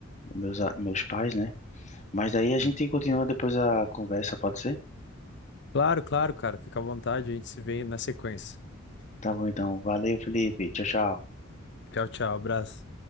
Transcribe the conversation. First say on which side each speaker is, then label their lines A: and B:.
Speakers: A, on the left; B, on the left.
A: meus, a- meus pais, né? Mas daí a gente
B: Hum.
A: continua depois a conversa, pode ser?
B: Claro, claro, cara. Fica à vontade, a gente se vê na sequência.
A: Tá bom, então. Valeu, Felipe. Tchau, tchau.
B: Tchau, tchau, abraço.